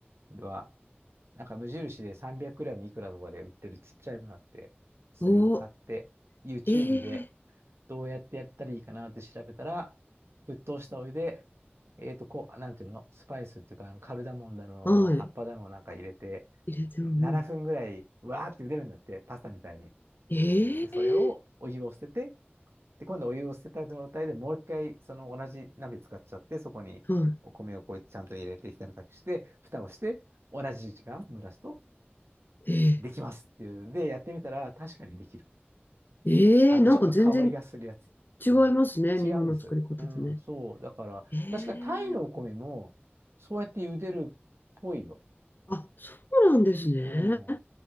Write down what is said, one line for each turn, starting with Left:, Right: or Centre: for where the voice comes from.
Right: は、なんか無印で3 0 0ムいくらとかで売ってるちっちゃいのがあって、それを買って、
Left: おー、
Right: YouTube
Left: えー、
Right: でどうやってやったらいいかなって調べたら、沸騰したお湯で、えっと、こう、なんていうの、スパイスっていうか、あのカルダモンだの、
Left: はい。
Right: 葉っぱだのなんか入れて、
Left: 入れて、も、
Right: 7分ぐらい、
Left: うん。
Right: わーって茹でるんだって、パスタみたいに。
Left: えー、
Right: で、それをお湯を捨てて、で、今度お湯を捨てた状態でもう一回その同じ鍋使っちゃって、そこにお米をこうやってちゃんと入れてひたたくして、
Left: は
Right: 蓋をして、同じ時間蒸らすと
Left: い。え
Right: できますっていうんで、やってみたら確かにできる。
Left: ええーなんか全然
Right: あの、ちょっと香りがするやつ。
Left: 違いますね。
Right: うん。違うんです。
Left: 日本の作り方とね。
Right: うん、そう。だから、
Left: えー、
Right: 確かタイのお米も、そうやって茹でるっぽいよ。
Left: あ、そうなんですね。
Right: うん。